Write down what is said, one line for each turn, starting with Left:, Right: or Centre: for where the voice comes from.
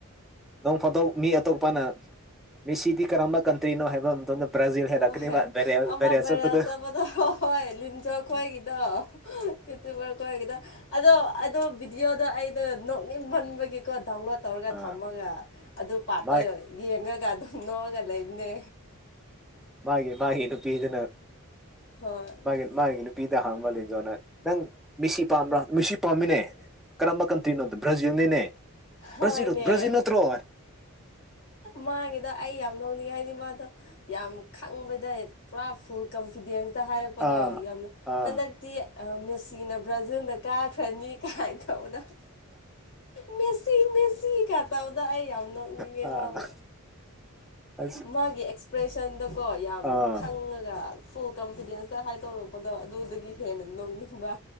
Centre: ꯅꯣꯡ ꯐꯥꯗꯣꯛ ꯃꯤ ꯑꯇꯣꯞꯄꯅ ꯃꯤ ꯁꯤ ꯀꯥꯝꯝꯕ ꯀꯟꯇ꯭ꯔꯤ ꯅꯣ ꯍꯥꯏꯕ ꯃꯇꯝꯗ ꯕ꯭ꯔꯥꯖꯤꯜ ꯍꯥꯏꯔꯛꯀꯅꯤꯕ
Left: ꯍꯣꯏ ꯍꯣꯏ
Centre: ꯕꯦꯔꯦꯜ
Left: ꯑꯃ
Centre: ꯕꯦꯔꯦꯜ
Left: ꯕꯥꯏꯔꯦꯜ
Centre: ꯆꯠꯄꯗꯣ
Left: ꯆꯥꯄꯗ ꯍꯣꯏ ꯂꯤꯟꯖꯣꯈꯣꯏꯒꯤꯗꯣ ꯌꯨꯇꯨꯕꫪꯈꫭꯏꯒꯤꯗꫭ ꯑꯗꯣ ꯑꯗꯨ ꯕꯤꯗ꯭ꯌꯣ ꯗꯨ ꯑꯩꯗꫭ ꯅꯣꯛꯅꯤꯡꯃꯟꯕꯒꯤꯀꯣ ꯗꯥꯎꯟꯂꯣꯗ ꯇꯧꯔꯒ
Centre: ꯑꯥ
Left: ꯊꯝꯃꯒ ꯑꯗꯨ ꯄꯥꯔꯠꯇꯣ
Centre: ꯃꯥꯒꯤ
Left: ꯌꯦꯡꯉꯒ ꯑꯗꯨ ꯅꯣꯒꯥꯟ ꯂꯩꯕꯅꯦ
Centre: ꯃꯥꯒꯤ ꯃꯥꯒꯤ ꯅꯨꯄꯤꯗꯨꯅ
Left: ꯍꯣꯏ
Centre: ꯃꯥꯒꯤ ꯃꯥꯒꯤ ꯅꯨꯄꯤ ꯄꯤꯗ ꯍꯥꯡꯕ ꯂꯤꯟꯖꫭꯅ ꯅꯪ ꯃꯤ ꯃꯤꯁꯤ ꯄꯥꯝꯕ꯭ꯔ ꯃꯦꯁꯤ ꯄꯥꯝꯃꯤꯅꯦ ꯀꯔꯝꯕ ꯀꯟꯇ꯭ꯔꯤꯅꯣꯗꯣ ꯕ꯭ꯔꯥꯖꯤꯜ ꯅꯤꯅꯦ
Left: ꯍꯣꯏꯅꯦ
Centre: ꯕ꯭ꯔꯖꯤꯜ ꯕ꯭ꯔꯖꯤꯜ ꯅꯠꯇ꯭ꯔꯣ
Left: ꯃꯥꯒꯤꯗ ꯑꯩ ꯌꯥꯝ ꯅꯧꯅꯤꯡꯉꯦ ꯍꯥꯏꯗꯤ ꯃꯥꯗꯣ ꯌꯥꯝ ꯈꯪꯕꯗ ꯄꯨꯔꯥ ꯐꯨꯜ ꯀꯟꯐꯤꯗꯦꯟꯁꯇ ꯍꯥꯏꯔꯛꯄꯗꯣ
Centre: ꯑꯥ
Left: ꯌꯥꯝꯅ
Centre: ꯑꯥ
Left: ꯍꯟꯗꯛꯇꯤ ꯃꯦꯁꯤꯅ ꯕ꯭ꯔꯥꯖꯤꯜꯅ ꯀꯥꯈ꯭ꯔꯅꯤ ꯀꯥꯏꯅ ꯇꯧꯕꯗꫭ ꯃꯦꯁꯤ ꯃꯦꯁꯤ ꯀ ꯇꯥꯎꯗꫭ ꯑꯩ ꯌꯥꯝꯅ
Centre: ꯑꯥ
Left: ꯅꯤꯉꯦ ꯃꯥꯕꯨ
Centre: ꯑꯁ
Left: ꯃꯥꯒꯤ ꯑꯦꯛꯄ꯭ꯔꯦꯁꯟꯗꯣ ꯌꯥꯝ
Centre: ꯑꯥ
Left: ꯈꯪꯉꯒ ꯐꯨꯜ ꯀꯟꯐꯤꯗꯦꯟꯁꯇ ꯍꯥꯏꯗꫭꯔꯛꯄꯗꯣ ꯑꯗꯨꯗꯒꯤ ꯍꯦꯟꯅ ꯅꯣꯡꯅꯤꯡꯕ